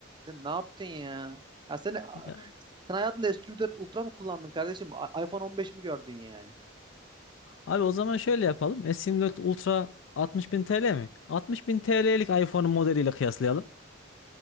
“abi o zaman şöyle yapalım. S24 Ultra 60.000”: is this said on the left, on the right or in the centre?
Left